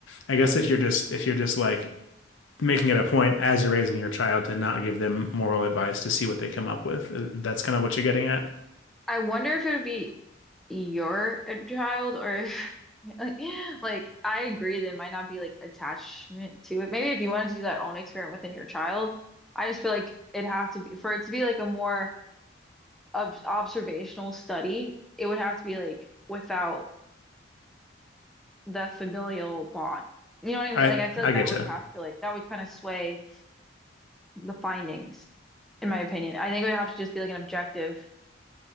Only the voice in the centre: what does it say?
I wonder if it would be you're a child or if, <laughs> like, like I agree there might not be like attachment to it. Maybe if you wanted to do that own experiment within your child, I just feel like it'd have to be for it to be like a more ob observational study, it would have to be like without the familial bond. You know what I mean?
Like I feel
like that
would
have to like that would kind of sway the findings, in my opinion. I think it would have to just be like an objective,